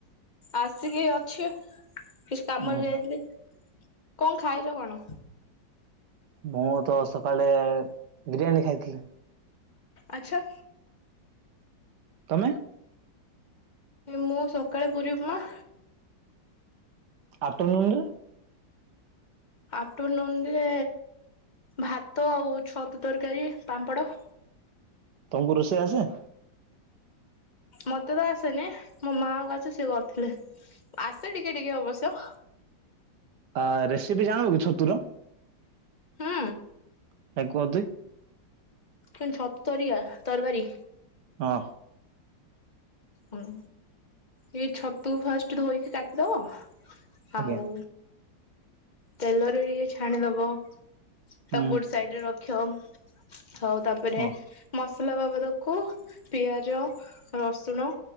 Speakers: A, on the left; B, on the right.
A: ଆସିକି ଅଛି। କିଛି କାମରେ
B: ଉଁ
A: ଯାଇଥିଲି,
B: ହୁଁ
A: କଣ ଖାଇଚ କଣ?
B: ମୁଁ ତ ସକାଳେ ବିରିୟାନୀ ଖାଇଥିଲି।
A: ଆଛା।
B: ତମେ?
A: ମୁଁ ସକାଳେ ପୁରୀ ଉପମା
B: ଅପ୍ଟରନୁନୁରେ
A: ଆଫ୍ଟରନୁନ ରେ ଭାତ ଆଉ ଛତୁ ତରକାରୀ ପାମ୍ପଡ଼।
B: ତମକୁ ରୋଷେଇ ଆସେ?
A: ମତେ ତ ଆସେନି, ମୋ ମାକୁ ଆସେ ସିଏ କରିଥିଲେ। ଆସେ ଟିକେ ଟିକେ ଅବସ୍ୟ
B: ଆ ରେସିପି ଜାଣୁ କି ଛତୁର।
A: ହୁଁ।
B: <inaudible>
A: କିନ୍ତୁ ଛତରିଆ ତରକାରୀ।
B: ହଁ।
A: ହୁଁ ଏଇ ଛତୁକୁ ଫାଷ୍ଟ ଧୋଇକି କାଟିିଦବ। ଆଉ
B: ଆଜ୍ଞା
A: ତେଲରେ ଟିକେ ଛାଣିଦବ।
B: ହୁଁ
A: ତାକୁ ଗୋଟେ ସାଇଡ ରେ ରଖିବ ହଉ ତାପରେ
B: ହଁ।
A: ମସଲା ବାବଦକୁ ପିଆଜ ରସୁଣ